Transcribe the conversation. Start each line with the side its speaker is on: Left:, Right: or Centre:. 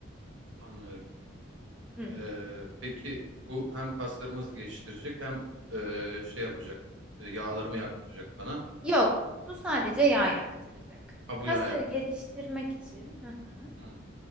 Right: Anlıyorum.
Centre: Hı hı.
Right: E, peki bu hem kaslarımızı geliştirecek hem e, şey yapacak. e, yağlarımı yaktıracak bana.
Centre: Yok, bu sadece yağ yaktıracak.
Right: Ha
Centre: Kasları
Right: bu yağ yaktıracak.
Centre: geliştirmek için, hı hı.
Right: Hmm.